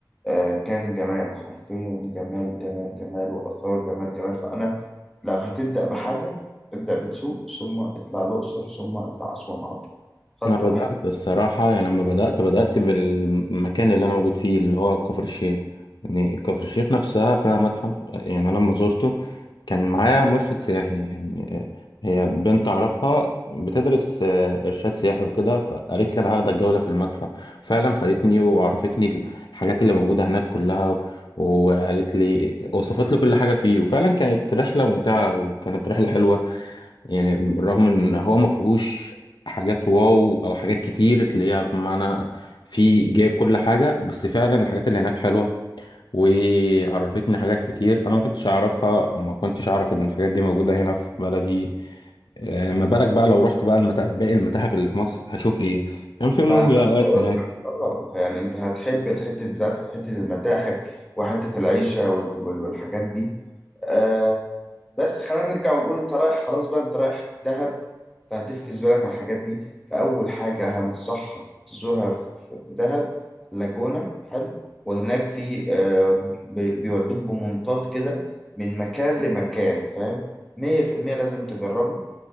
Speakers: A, in the centre; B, on the left.
A: آه، كان جمال حرفيا جمال جمال جمال وآثار جمال جمال فأنا لو هتبدأ بحاجة ابدأ بتسوق ثم اطلع الأقصر ثم اطلع أسوان على طول خط
B: انا بدات
A: واحد
B: الصراحه يعني لما بدات بدات بالمكان اللي انا موجود فيه اللي هو كفر الشيخ يعني كفر الشيخ نفسها فيها متحف يعني انا لما زرته كان معايا مرشد سياحي يعني هي بنت اعرفها بتدرس آه، ارشاد سياحي وكده فقالت لي انا هاخدك جوله في المتحف فعلا خدتني وعرفتني الحاجات اللي موجوده هناك كلها و- وقالت لي وصفت لي كل حاجه فيه وفعلا كانت رحله ممتعه وكانت رحله حلوه يعني بالرغم ان هو ما فيهوش حاجات واو او حاجات كتير اللي هي بمعنى فيه جايب كل حاجه بس فعلا الحاجات اللي هناك حلوه وعرفتني حاجات كتير انا ما كنتش اعرفها وما كنتش اعرف ان الحاجات دي موجوده هنا في بلدي آه، ما بالك بقى لو رحت بقى المتاحف باقي المتاحف اللي في مصر هشوف ايه كان في مومياوات
A: ما أنا بقول
B: هناك
A: لك، اه يعني انت هتحب الحتة بتاعت حتة المتاحف وحتة العيشة وال- وال- والحاجات دي آه بس خلينا نرجع ونقول انت رايح خلاص بقى انت رايح دهب فهتفكس بالك من الحاجات دي فأول حاجة هنصحك تزورها في في دهب لاجونا حلو وهناك في آه بي- بيودوك بمنطاد كده من مكان لمكان فاهم مية في المية لازم تجربه